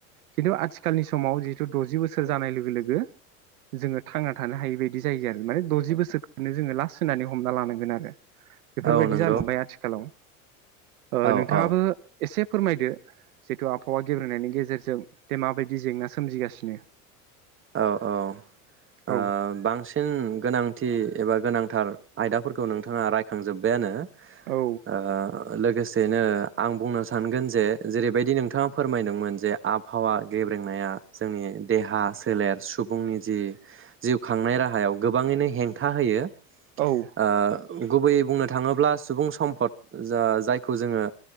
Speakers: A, on the right; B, on the right.
A: खिन्थु आथिखालनि समाव जिहेतु दजि बोसोर जानाय लोगो लोगो जोङो थांना थानो हायि बायदि जायो आरो माने दजि बोसोरखौनो जोङो लास्ट होनानै हमना लानांगोन आरो। बेफोरबायदि
B: औ नंगौ
A: जानो हमबाय आथिखालाव ओ
B: औ
A: नोंथाङाबो
B: औ
A: एसे फोरमायदो जिथु आबहावा गेब्रेनायनि गेजेरजों दे माबायदि जेंना सोमजिगासिनो
B: औ औ ओ
A: औ
B: बांसिन गोनांथि एबा गोनांथार आयदाफोरखौ नोंथाङा रायखांजोब्बायानो
A: औ
B: ओ लोगोसेनो आं बुंनो सानगोन जे जेरैबायदि नोंथाङा फोरमायदोंमोन जे आबहावा गेब्रेंनाया जोंनि देहा सो लेर सुबुंनि जि जिउ खांनाय राहायाव गोबाङैनो हेंथा होयो। ओ
A: औ
B: गुबैयै बुंनो थाङोब्ला सुबुं सम्पद जा जायखौ जोङो